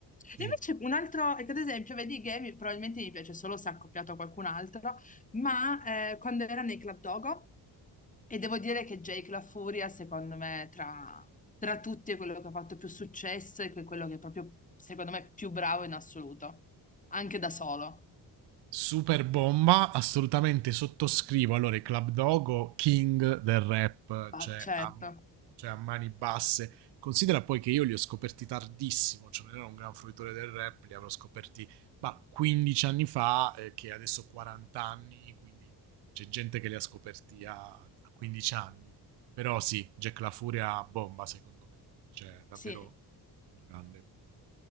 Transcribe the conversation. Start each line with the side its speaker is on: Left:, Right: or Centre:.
Right: Sì,
Left: E invece un altro, ecco, ad esempio, vedi che mi- probabilmente mi piace solo se accoppiato a qualcun altro, ma eh, quando era nei Club Dogo, e devo dire che Jake La Furia, secondo me, tra, tra tutti è quello che ha fatto più successo e que- quello che è proprio, secondo me, più bravo in assoluto, anche da solo.
Right: Super bomba, assolutamente sottoscrivo. Allora, i Club Dogo, king del rap,
Left: Ah,
Right: cioè
Left: certo,
Right: a, cioè a mani basse. Considera poi che io li ho scoperti tardissimo, cioè non ero un gran fruitore del rap, li avrò scoperti ma 15 anni fa, eh, che adesso ho 40 anni, quindi c'è gente che li ha scoperti a, a 15 anni. Però sì, Jack La Furia bomba, secondo me, cioè davvero
Left: sì,
Right: grande.